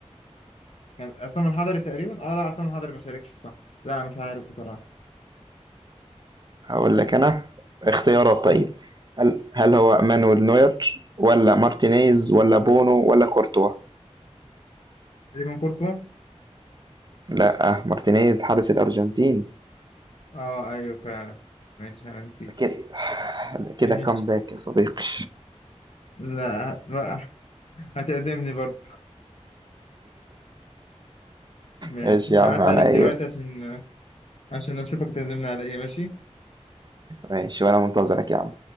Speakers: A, on the left; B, on the right.
A: كان عصام الحضري تقريبا اه لا عصام الحضري ما شاركش صح لا مش عارف بصراحة
B: هاقول لك أنا اختيارات
A: قول
B: طيب، هل هل هو مانويل نوير والّا مارتينيز والّا بونو والّا كورتوا؟
A: تقريبا كورتوا
B: لأ، مارتينيز حارس الأرجنتين.
A: اه ايوه فعلا ماشي انا نسيت
B: كده
A: ماشي
B: كده كومباك يا صديقي
A: لا ما- هتعزمني برضه ماشي
B: ماشي يا
A: هعدي
B: عم
A: عليك
B: عينيا
A: دلوقتي عشان عشان اشوفك تعزمني على ايه ماشي
B: ماشي وانا منتظرك يا عم